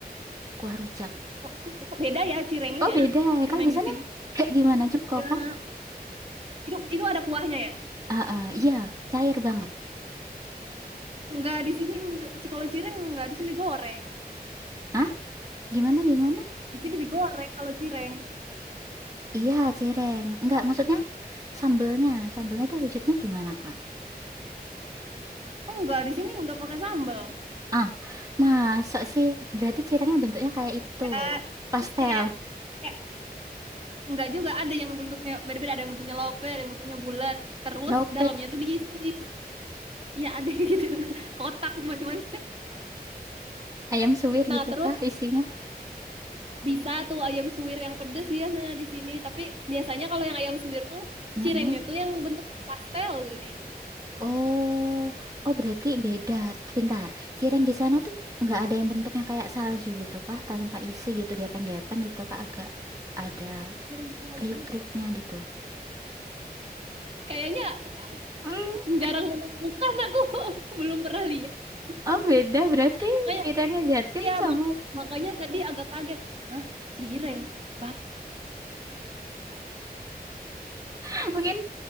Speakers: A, on the right; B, on the right.
A: kuah rujak.
B: Kok, kok, kok beda ya cirengnya
A: Oh,
B: ya
A: beda. ya.
B: sama
A: Kalau
B: yang
A: di sana
B: di sini?
A: kayak gimana cuko
B: Nah,
A: kah?
B: Itu itu ada kuahnya ya?
A: Ah, ah, iya, cair banget.
B: Enggak di sini enggak. Ci- Kalau cireng enggak di sini digoreng.
A: Hah? Gimana gimana?
B: Di sini digoreng kalau cireng.
A: Iya, cireng. Enggak, maksudnya sambelnya, sambelnya tuh wujudnya gimana, Kak?
B: Oh enggak di sini enggak pakai sambal.
A: Ah, masa sih? Berarti cirengnya bentuknya kayak itu.
B: Kayak
A: Pastel,
B: kayak kayak enggak juga ada yang bentuknya beda-beda ada yang bentuknya lope, ada yang bentuknya bulat. Terus
A: lope,
B: dalamnya tuh diisi. Ya ada yang gitu. <laughs> Kotak macam-macam.
A: ayam suwir
B: Nah,
A: gitu
B: terus
A: kah isinya?
B: Bisa tuh ayam suwir yang pedes biasanya di sini. Tapi biasanya kalau yang ayam suwir tuh
A: Mm-mm.
B: cirengnya tuh yang bentuk pastel gitu nih.
A: Oh, oh berarti beda. Bentar, cireng di sana tuh nggak ada yang bentuknya kayak salju gitu kah? Tanpa isi gitu, gepeng-gepeng gitu kah? Agak ada
B: Cireng salju.
A: kriuk-kriuknya gitu.
B: Kayaknya
A: Hmm,
B: jarang menemukan aku. <laughs> Belum pernah lihat.
A: Oh beda berarti
B: Makanya,
A: cirengnya Jatim
B: ya
A: sama
B: mak- makanya tadi agak kaget. Hah, cireng? Bah,
A: <laughs> mungkin